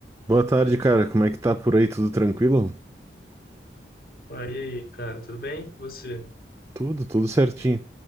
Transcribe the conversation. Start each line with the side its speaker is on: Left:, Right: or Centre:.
Right: Boa tarde, cara. Como é que tá por aí? Tudo tranquilo?
Left: Ah, e aí, cara, tudo bem? Você?
Right: Tudo, tudo certinho.